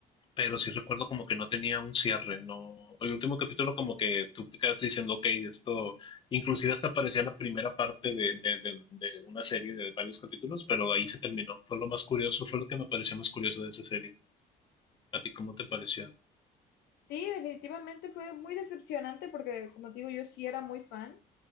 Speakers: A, on the left; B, on the left.
A: pero sí recuerdo como que no tenía un cierre, no, el último capítulo como que tú te quedas diciendo, ok, esto, inclusive hasta parecía la primera parte de, de, de- de una serie de varios capítulos, pero ahí se terminó, fue lo más curioso, fue lo que me pareció más curioso de esa serie, ¿a ti cómo te pareció?
B: Sí, definitivamente fue muy decepcionante porque, como te digo, yo sí era muy fan.